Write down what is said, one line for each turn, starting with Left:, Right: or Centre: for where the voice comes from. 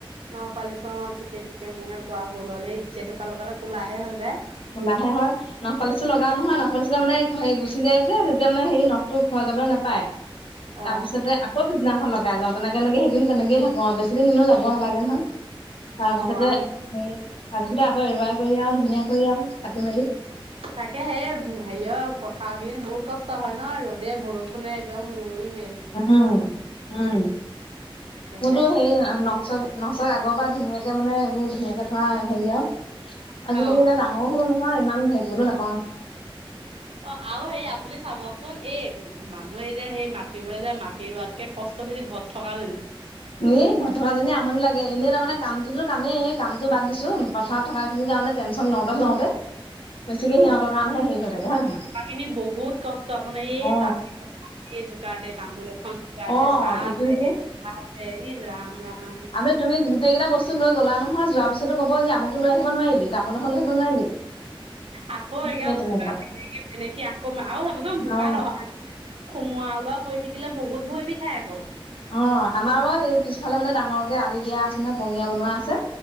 Right: ন কোৱালি চ অ ঠিকেই ঠিকে মোৰহে কোৱা ভুল হ'ল সেইেতুোকালৰ কালে কোলাহে হৈ যায়।
Left: কোলা হে হয় নখপালিচটো লগাও নহয় নখপালিচটো মানে হেৰি গুচি যায় যেতিয়া মানে হেৰি নখটো খোৱা যায় <unintelligible> নাপাই
Right: অ
Left: তাৰ পিছতে আকৌ সিছদিনাখন লগাই যাওঁ তেনেকে তেনেকে সেইিন তেনেকে থাকো। অ বেছিদিনো যাব নালাগে নহয়। তাৰপিছতে
Right: অ', আম
Left: হে তাৰ পিছতে আকৌ এৰুৱাই কৰি আৰু ধুনীয়া কৰি আৰু কাটি মেলি-
Right: তাকে সেই হেৰিয় পথাৰ কেইদিন বহুত কষ্ট হয় ন ৰ'দে বৰষুণে একদম ই
Left: উম! উম! মোৰতো
Right: হে
Left: হেৰি ন <unintelligible> চব ন চক আগৰ পৰা ধুনীয়াকে মানে এইবোৰ ধুনাকে থোৱা। হেৰিয়া আজিকালি
Right: অ
Left: এতিয়া ডাঙৰ হলো নহয় ইমান হেৰি গলো নাপয়।
Right: অ আৰুও সেই আপুনি চাবচোন এই মানুহে এ যে সেই মাটি ৰোৱে যে মাটি ৰোৱাতকে কষ্ট বেছি ঘৰত থকাজনী।
Left: এ ঘৰত থকাজনী আমনি লাগে। এনেই তাৰ মানে কামটো কামেই কামটো বাদ দিছো পথাৰত থকাখিনিৰ কাৰণে <unintelligible> <unintelligible> লওঁতে-লওঁতে বেছিকে
Right: ঘৰত
Left: সিহঁতৰ কাৰণহে হেৰি হৈ থাকে হয় নে নহয়।
Right: থকা খিনি বহুত কষ্ট আপোনাৰ এই
Left: অ
Right: পানী <unintelligible> <unintelligible> যোগাৰ দে তামোল এখন যোগাৰ
Left: অ
Right: দে চাহ
Left: ইটো
Right: দে
Left: সিটো
Right: ভাত দে ই ৰাম ৰাম
Left: আমি তুমি গোটেইটা বস্তু লৈ গলা নহয় যোৱা পছতো কবগ কি আমাকতো লৈ আহিব নোৱাৰিলি। তামোল এখন লৈ আহিব নোৱাৰিলি।
Right: আকৌ এাৰ
Left: সেই
Right: বোকা
Left: তেনেকুৱা
Right: থাকে নেকি ম নেকি আকৌ আৰু চাবচোন বোকাত
Left: অ
Right: অহা সোমোৱা ওলোৱা কৰি থাকিলে বহুত ভৰি বিষায় আকৌ।
Left: অ আমাৰ বাৰু সেই পিছফালে মানে ডাঙৰকে আলি দিয়া আছে নহয় বঙিয়া বনোৱা আছে।